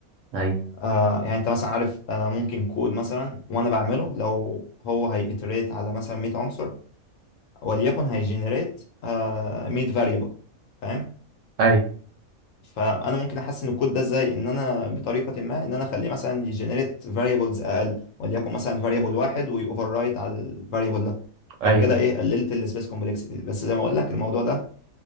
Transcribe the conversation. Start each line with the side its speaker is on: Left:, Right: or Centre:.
Right: ايوه
Left: آه يعني انت مثلا عارف آه ممكن كود مثلا وانا بعمله لو هو هيتريت على مثلا 100 عنصر وليكن هيجنريت ميد فاريبل فاهم
Right: ايوه
Left: فانا ممكن احسن الكود ده ازاي ان انا بطريقه ما ان انا اخليه مثلا يجنريت فاريبلز اقل وليكن مثلا فاريبل واحد ويوفر رايت على الفاريبل ده
Right: ايوه
Left: فبكده ايه قللت السبيس كومبلكسيتي بس زي ما اقول لك الموضوع ده